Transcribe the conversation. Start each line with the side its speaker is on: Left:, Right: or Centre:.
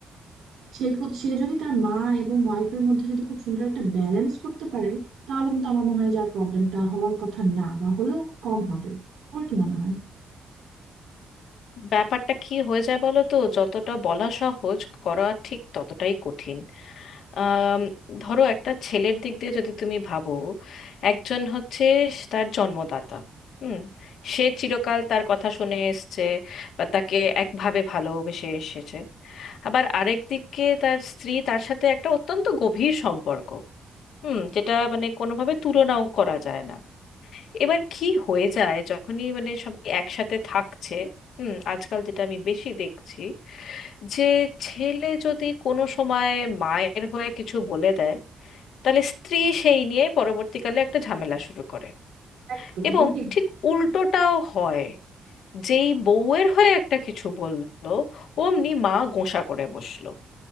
Right: সে কো- সে যদি তার মা এবং ওয়াইফের মধ্যে যদি খুব সুন্দর একটা ব্যালেন্স করতে পারে তাহলে কিন্তু আমার মনে হয় যে আর প্রবলেমটা হওয়ার কথা না বা হলেও কম হবে তোমার কি মনে হয়
Left: ব্যাপারটা কি হয়ে যায় বলো তো যতটা বলা সহজ করা ঠিক ততটাই কঠিন আম, ধরো একটা ছেলের দিক দিয়ে যদি তুমি ভাবো একজন হচ্ছে তার জন্মদাতা হুম সে চিরকাল তার কথা শুনে এসছে বা তাকে একভাবে ভালোবেসে এসেছে আবার আরেক দিকে তার স্ত্রী তার সাথে একটা অত্যন্ত গভীর সম্পর্ক হুম যেটা মানে কোনোভাবে তুলনাও করা যায় না এবার কি হয়ে যায় যখনই মানে সবাই একসাথে থাকছে হুম আজকাল যেটা আমি বেশি দেখছি যে ছেলে যদি কোনো সময় মায়ের হয়ে কিছু বলে দেয় তাহলে স্ত্রী সেই নিয়ে পরবর্তীকালে একটা ঝামেলা শুরু করে
Right: একদম
Left: এবং
Right: তুমি ঠিক
Left: ঠিক উল্টোটাও হয় যেই বউয়ের হয়ে একটা কিছু বললো অমনি মা গোঁসা করে বসলো